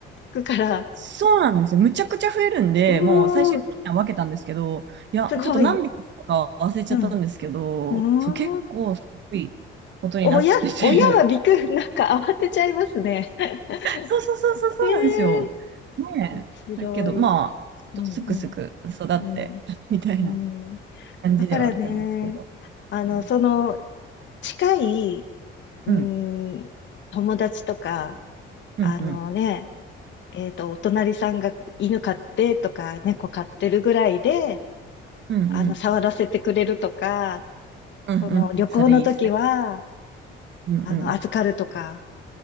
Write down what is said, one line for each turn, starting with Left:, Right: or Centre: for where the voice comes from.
Left: くから。
Right: そうなんですよ。むちゃくちゃ増えるんで、
Left: うーん、
Right: もう最終的には分けたんですけど、いや、
Left: すごい。
Right: ちょっと何匹か忘れちゃったんですけど、
Left: うん。うーん。
Right: そう、結構すごいことになってて
Left: 親、親はびっくり、なんか慌てちゃいますね。<laughs>
Right: そうそうそうそうそうなんですよ。
Left: ええ
Right: ねえ。
Left: 面白い。
Right: だけど、まあ、
Left: うん
Right: ちょっとすくすく育って、
Left: うん。
Right: <laughs> みたいな
Left: うん。うん。
Right: 感じではあったんですけど。
Left: だからね、あの、
Right: うん、
Left: その、近い、うん、
Right: うん、
Left: 友達とか、
Right: うん、
Left: あのね、
Right: うん、
Left: えっと、お隣さんが犬飼ってとか、猫飼ってるぐらいで、
Right: うん、
Left: あの、触らせてくれるとか、
Right: うん、
Left: その、
Right: うん、
Left: 旅行の時は、
Right: それいいですね。うん、
Left: あの、
Right: うん、
Left: 預かるとか、